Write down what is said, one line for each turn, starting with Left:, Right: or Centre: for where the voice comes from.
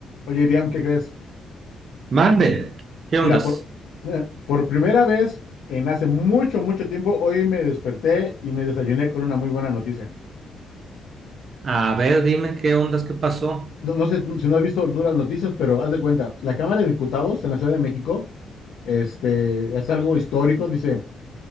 Left: Oye, Iriam, ¿qué crees?
Right: Mande, ¿qué
Left: Mira,
Right: ondas?
Left: por, eh, por primera vez en hace mucho, mucho tiempo, hoy me desperté y me desayuné con una muy buena noticia.
Right: A ver, dime qué ondas, qué pasó.
Left: No, no sé si no has visto tú las noticias, pero haz de cuenta, la Cámara de Diputados en la Ciudad de México, este, es algo histórico, dice,